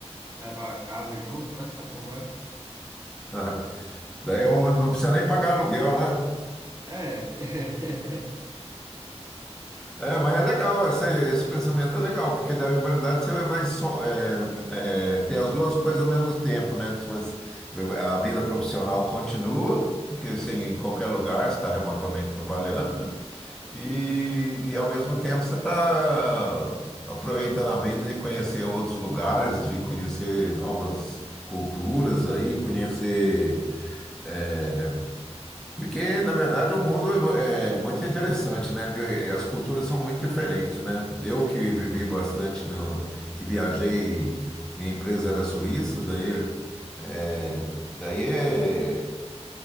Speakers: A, on the right; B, in the centre.
A: levar a casa junto, né? Sabe como é?
B: <laughs> ah, daí eu não precisa nem pagar aluguel, né?
A: É, <laughs>
B: É, mas é legal, esse, esse pensamento é legal, porque daí, na verdade, você vai só, é, é, ter as duas coisas ao mesmo tempo, né? mas a vida profissional continua, porque assim, em qualquer lugar você está remotamente trabalhando, né? e, e ao mesmo tempo você está aproveitando a vida de conhecer outros lugares, de conhecer novas culturas aí, conhecer é, porque, na verdade, o mundo é muito interessante, né? E As culturas são muito diferentes, né? Eu que vivi bastante no, que viajei, minha empresa era suíça, daí, é, daí, é,